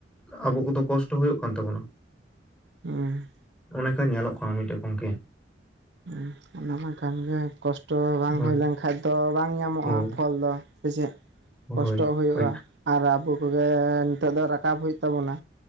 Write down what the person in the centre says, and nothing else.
ᱟᱵᱚ ᱠᱚᱫᱚ ᱠᱚᱥᱴᱚ ᱦᱩᱭᱩᱜ ᱠᱟᱱ ᱛᱟᱵᱚᱱᱟ
ᱚᱱᱮᱠᱟ ᱧᱮᱞᱚᱜ ᱠᱟᱱᱟ ᱢᱤᱫᱴᱮᱱ ᱜᱚᱝᱠᱮ
ᱦᱳᱭ
ᱦᱳᱭ
ᱦᱳᱭ
ᱦᱳᱭ